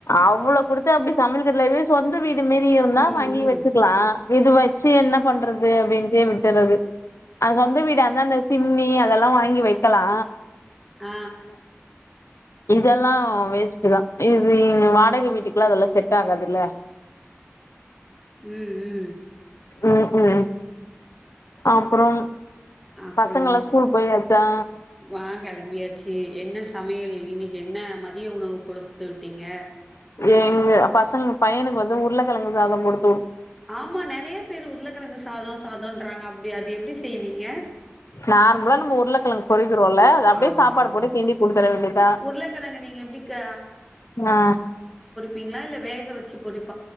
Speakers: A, on the left; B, in the centre.
A: அவ்ளோ கொடுத்து அப்டி சமயல் கட்லவி சொந்த வீடு டுமாறி இருந்தா
B: ம்
A: வாங்கி
B: ம்
A: வச்சுக்லா இது வெச்சு என்ன பண்றது அப்டின்டே விட்டுறது அ சொந்த வீடாருந்தா அந்த சிம்னி அதெல்லா வாங்கி வெக்கெலா
B: ஆ
A: இதெல்லா வேஸ்ட்டு தா இது வாடக வீட்டுக்ளா இதெல்லா செட் ஆகாதுல்ல
B: உம் உம்
A: உம் உம் அப்றம்
B: அப்புறம்
A: பசங்கல்லா ஸ்கூல் போயாச்சா
B: வா கெளம்பியாச்சு என்ன சமையல் இன்னைக்கு என்ன மதிய உணவு குடு து உட்டிங்க
A: எங்க பசங்க பையனுக் வந்து உருளக்கெழங்கு சாதொ குடுத்
B: ஆமா நெறைய பேரு உருளகெழங்கு சாதொ சாதொ ன்றாங்க அப்டி அது எப்டி செய்வீங்க
A: நார்மலா நம் உருளக்கெழங்கு பொறிகிறோல்ல அத அப்டே
B: ஆமா
A: சாப்பாட போட்டு கிண்டி குடுத்தர வேண்டிதா
B: உருளக்கெழங்க நீங்க எப்டி க
A: ஆ
B: பிங்ளா இல்ல வேக வச்சு பொறிப்